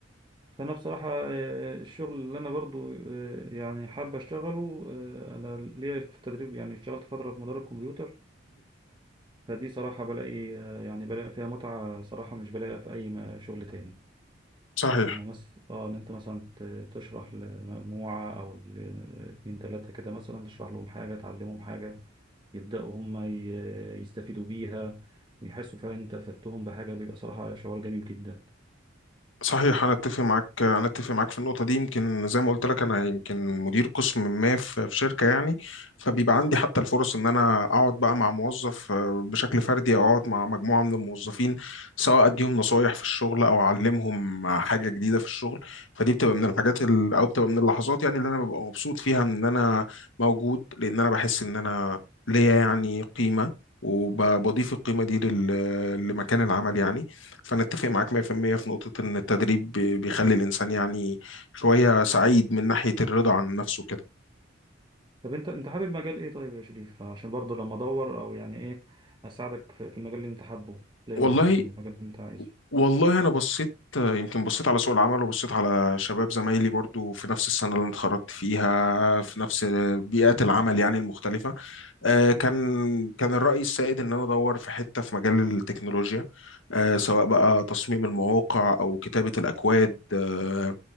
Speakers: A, on the right (about 25°); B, on the left (about 80°).
A: فانا بصراحه آه، آه، الشغل اللي انا برضو آه، يعني حابب اشتغله آه، انا ليا في التدريب يعني اشتغلت فتره في مدرب كمبيوتر فدي صراحه بلاقي آه، يعني بلاقي فيها متعه صراحه مش بلاقيها في اي ما- شغل تاني
B: صحيح
A: اما مس اه ان انت مثلا ت- تشرح لمجموعه او ل- اتنين تلاته كده مثلا تشرح لهم حاجه تعلمهم حاجه يبداوا هم ي- يستفيدوا بيها ويحسوا فعلا انت افدتهم بحاجه بيبقى صراحه شعور جميل جدا
B: صحيح انا اتفق معاك انا اتفق معاك في النقطه دي يمكن زي ما قلت لك انا يمكن مدير قسم ما في في شركه يعني فبيبقى عندي حتى الفرص ان انا اقعد بقى مع موظف آه، بشكل فردي او اقعد مع مجموعه من الموظفين سواء اديهم نصايح في الشغل او اعلمهم حاجه جديده في الشغل فدي بتبقى من الحاجات ال... او بتبقى من اللحظات يعني اللي انا ببقى مبسوط فيها ان انا موجود لان انا بحس ان انا ليا يعني قيمه وبضيف القيمه دي لل... لمكان العمل يعني فأنا أتفق معاك 100% في المية في نقطة إن التدريب بي- بيخلي الإنسان يعني شوية سعيد من ناحية الرضا عن نفسه كده
A: طب انت انت حابب مجال ايه طيب يا شريف عشان برضه لما ادور او يعني ايه اساعدك في في المجال اللي انت حابه تلاقي
B: والله
A: وظيفة في المجال اللي انت عايزه
B: والله أنا بصيت يمكن بصيت على سوق العمل وبصيت على شباب زمايلي برضو في نفس السنة اللي أنا اتخرجت فيها في نفس بيئات العمل يعني المختلفة آه، كان كان الرأي السائد إن أنا أدور في حتة في مجال التكنولوجيا آه، سواء بقى تصميم المواقع أو كتابة الأكواد آه،